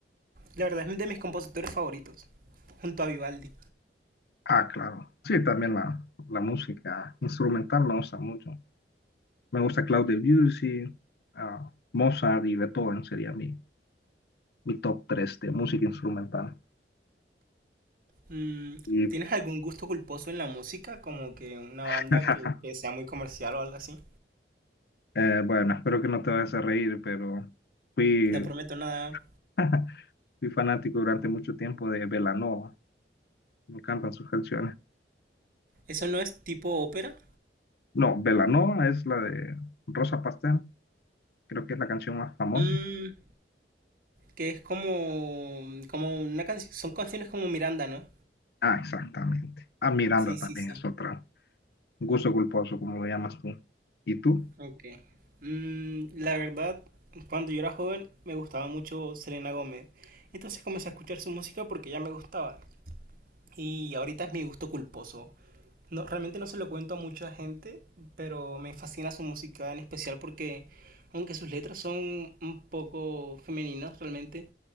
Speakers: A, on the right; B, on the left.
A: La verdad es de mis compositores favoritos, junto a Vivaldi.
B: Ah, claro. Sí, también la, la música instrumental me gusta mucho. Me gusta Claude Debussy, ah, Mozart y Beethoven sería mi, mi top 3 de música instrumental.
A: Mm,
B: Y
A: ¿Tienes algún gusto culposo en la música? Como que una banda
B: <laughs>
A: que, que sea muy comercial o algo así.
B: eh, bueno, espero que no te vayas a reír, pero fui,
A: No prometo nada
B: <laughs> fui fanático durante mucho tiempo de Belanova. Me encantan sus canciones.
A: ¿Eso no es tipo ópera?
B: No, Belanova es la de Rosa Pastel. Creo que es la canción más famosa.
A: Mm, que es como, como una canción, son canciones como Miranda, ¿no?
B: Ah, exactamente. Ah, Miranda
A: Sí,
B: también
A: sí, sí.
B: es otra. Gusto culposo, como lo llamas tú. ¿Y tú?
A: Ok. Mm, la verdad, cuando yo era joven me gustaba mucho Selena Gómez. Entonces comencé a escuchar su música porque ya me gustaba. Y ahorita es mi gusto culposo. No, realmente no se lo cuento a mucha gente, pero me fascina su música en especial porque aunque sus letras son un poco femeninas realmente,